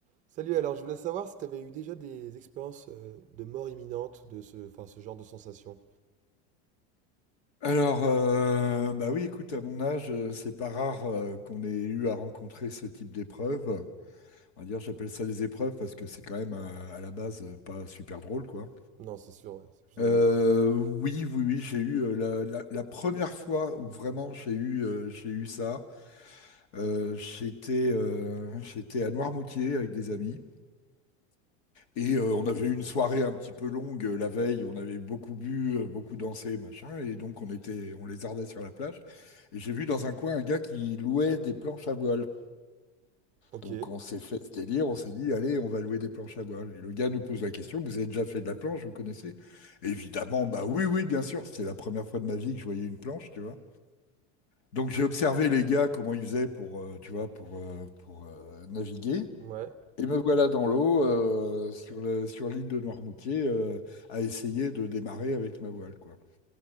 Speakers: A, on the right (about 20°); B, on the left (about 70°).
A: Salut, alors je voulais savoir si tu avais eu déjà des expériences euh, de mort imminente, de ce, enfin, ce genre de sensation.
B: Alors, euh, bah oui, écoute, à mon âge, euh, c'est pas rare euh, qu'on ait eu à rencontrer ce type d'épreuve. On va dire, j'appelle ça des épreuves parce que c'est quand même euh, à, la base euh, pas super drôle, quoi.
A: Non, c'est sûr, ouais, c'est plus
B: Euh,
A: une épreuve, ouais.
B: oui, oui, oui, j'ai eu euh, la, la- la première fois où vraiment j'ai eu, euh, j'ai eu ça. euh, j'étais, euh, j'étais à Noirmoutier avec des amis. Et euh, on avait eu une soirée un petit peu longue euh, la veille, on avait beaucoup bu, euh, beaucoup dansé, machin, et donc on était, on lézardait sur la plage. Et j'ai vu dans un coin un gars qui louait des planches à voile.
A: Ok,
B: Donc on s'est fait ce délire, on s'est dit, allez, on va louer des planches à voile. Et le gars nous pose la question, vous avez déjà fait de la planche, vous connaissez? Évidemment, bah oui, oui, bien sûr, c'était la première fois de ma vie que je voyais une planche, tu vois. Donc j'ai observé les gars, comment ils faisaient pour, euh, tu vois, pour, euh, pour euh, naviguer.
A: ouais,
B: Et me voilà dans l'eau, euh, sur le- sur l'île de Noirmoutier, euh, à essayer de démarrer avec ma voile, quoi.